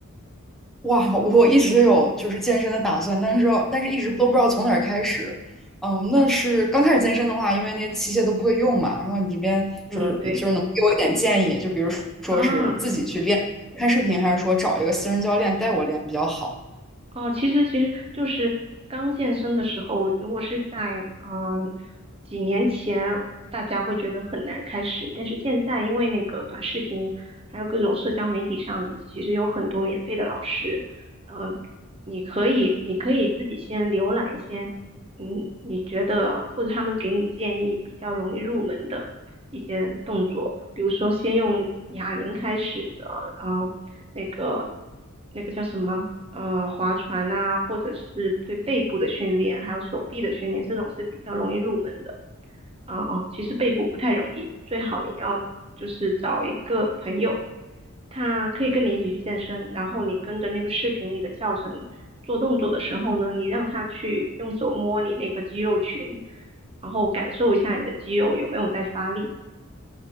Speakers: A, in the centre; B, on the right (about 25°).
A: 哇，我一直有就是健身的打算，但是但是一直都不知道从哪儿开始。嗯，那是刚开始健身的话，因为那些器械都不会用嘛。然后你这边就是就是能给我一点建议，
B: 嗯，对
A: 就比如说是自己去练，
B: 啊。
A: 看视频，还是说找一个私人教练带我练比较好？
B: 哦，其实其实就是刚健身的时候，如果是在嗯几年前，大家会觉得很难开始，但是现在因为那个短视频，还有各种社交媒体上，其实有很多免费的老师，嗯、你可以你可以自己先浏览一些。嗯，你觉得或者他们给你建议比较容易入门的一些动作，比如说先用哑铃开始的，呃，那个那个叫什么，呃，划船啊，或者是对背部的训练，还有手臂的训练，这种是比较容易入门的。嗯、哦，其实背部不太容易，最好你要就是找一个朋友，他可以跟你一起去健身，然后你跟着那个视频里的教程做动作的时候呢，你让他去用手摸你那个肌肉群，然后感受一下你的肌肉有没有在发力。